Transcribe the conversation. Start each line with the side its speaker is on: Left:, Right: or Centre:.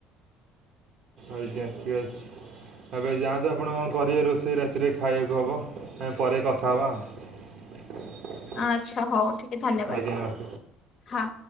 Right: ଆଜ୍ଞା ଠିକ୍ ଅଛି। ଏବେ ଯାଆନ୍ତୁ ଆପଣ କଣ କରିବେ ରୋଷେଇ ରାତିରେ ଖାଇବାକୁ ହେବ ଆମେ ପରେ କଥା ହେବା।
Left: ଆଚ୍ଛା ହଉ ଠିକ ଧନ୍ୟବାଦ
Right: ଆଜ୍ଞା ରଖ
Left: ହଁ।